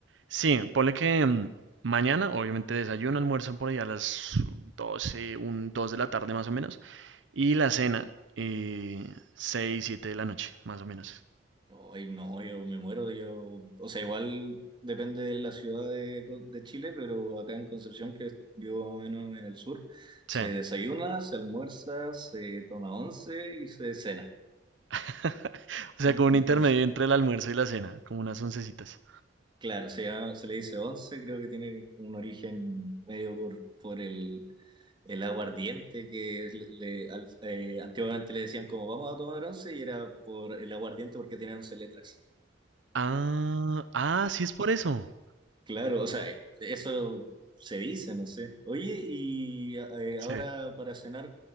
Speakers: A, on the right (about 80°); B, on the right (about 25°).
A: Sí, ponle que mm, mañana, obviamente desayuno, almuerzo por ahí a las 12, un 2 de la tarde más o menos. Y la cena, eh, 6, 7 de la noche, más o menos.
B: Hoy no, yo me muero, yo, o sea, igual depende de la ciudad de, Con- de Chile, pero acá en Concepción, que vivo más o menos en el sur, se
A: O sea,
B: desayuna, se almuerza, se toma once y se cena.
A: <laughs> o
B: <laughs>
A: sea, como un
B: Entonces...
A: intermedio entre el almuerzo y la cena, como unas oncecitas.
B: Claro, se llama- se le dice once, creo que tiene un origen medio por, por el, el aguardiente, que es- le, al- eh, antiguamente le decían como vamos a tomar once y era por el aguardiente porque tiene once letras.
A: Ah, ah, sí es por eso.
B: Claro, o sea, eso se dice, no sé. Oye, y eh,
A: Sí.
B: ahora para cenar,